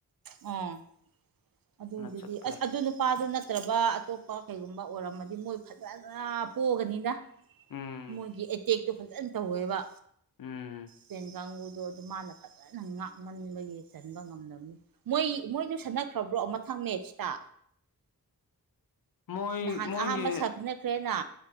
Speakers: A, on the right; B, on the left.
A: ꯑꯝ ꯑꯗꯨꯗꯨꯗꯤ
B: ꯆꯠꯈ꯭ꯔꯦ
A: ꯑꯁ ꯑꯗꯨ ꯅꯨꯄꯥꯗꯨ ꯅꯠꯇ꯭ꯔꯕ ꯑꯇꯣꯞꯄ ꯀꯩꯒꯨꯝꯕ ꯑꯣꯏꯔꯝꯃꯗꯤ ꯃꯣꯏ ꯐꯖꯅ ꯄꯣꯛꯑꯒꯅꯤꯅ
B: ꯎꯝ
A: ꯃꯣꯏꯒꯤ ꯑꯦꯇꯦꯛꯇꯣ ꯐꯖꯅ ꯇꯧꯋꯦꯕ
B: ꯎꯝ
A: ꯇꯦꯟ ꯀꯥꯡꯕꯨꯨꯗꯣ ꯑꯗꯨꯝ ꯃꯥꯅ ꯐꯖꯅ ꯉꯥꯛꯃꯟꯕꯒꯤ ꯆꯟꯕ ꯉꯝꯂꯝꯅꯤ ꯃꯣꯏ ꯃꯣꯏꯗꯨ ꯁꯥꯟꯅꯈ꯭ꯔꯕ꯭ꯔꯣ ꯃꯊꯪ ꯃꯦꯠꯁꯇ
B: ꯃꯣꯏ
A: ꯅꯍꯥꯟ
B: ꯃꯣꯏꯒꯤ
A: ꯑꯍꯥꯟꯕ ꯁꯥꯟꯅꯈ꯭ꯔꯦꯅ